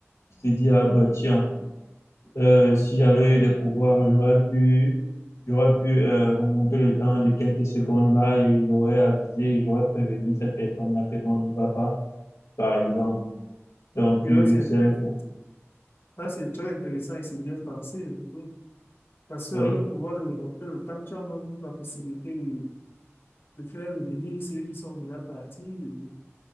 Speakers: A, on the left; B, on the left.
A: tu te dis, ah ben tiens, euh, si j'avais eu des pouvoirs, j'aurais pu, j'aurais pu euh, remonter le temps de quelques secondes là et j'aurais avisé, j'aurais prévenu cette personne-là que non, on n'y va pas, par exemple. Donc,
B: Oui,
A: euh,
B: là, c'est
A: c'est
B: intéressant.
A: un coup.
B: Là, c'est très intéressant et c'est bien pensé. et tout. Parce que
A: Oui,
B: avec le pouvoir de remonter le temps, tu as même la possibilité de, de faire revenir ceux qui sont déjà partis, euh,